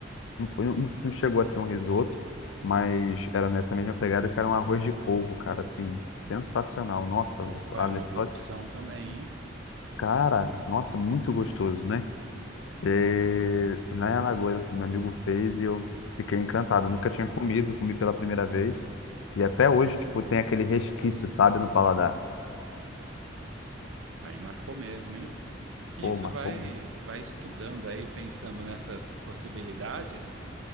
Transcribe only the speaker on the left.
Não foi, não não chegou a ser um risoto, mas era nessa mesma pegada que era um arroz de polvo, cara, assim, sensacional. Nossa,
olha
só.
Cara, nossa, muito gostoso, né? E lá em Alagoas, assim, meu amigo fez e eu fiquei encantado. Nunca tinha comido, comi pela primeira vez. E até hoje, tipo, tem aquele resquício, sabe, no paladar.
Pô,
marcou
muito.